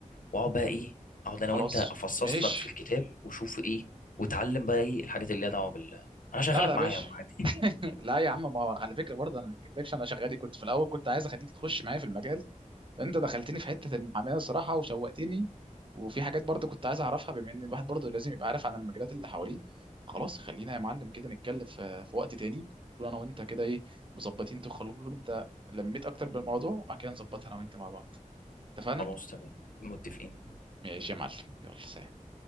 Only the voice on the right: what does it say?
خلاص
ماشي
لا لا يا
باشا
<laughs> لا يا عم ما هو على فكره برضه انا ما حكيتلكش انا شغالي كنت في الاول كنت عايز اخليك تخش معايا في المجال فانت دخلتني في حته المحاماه الصراحه وشوقتني وفي حاجات برضه كنت عايز اعرفها بما ان الواحد برضه لازم يبقى عارف عن المجالات اللي حواليه خلاص خلينا يا معلم كده نتكلم في, في وقت تاني نكون انا وانت كده ايه مظبطين تخلص انت لميت اكتر بالموضوع وبعد كده نظبطها انا وانت مع بعض اتفقنا
ماشي يا معلم يلا سلام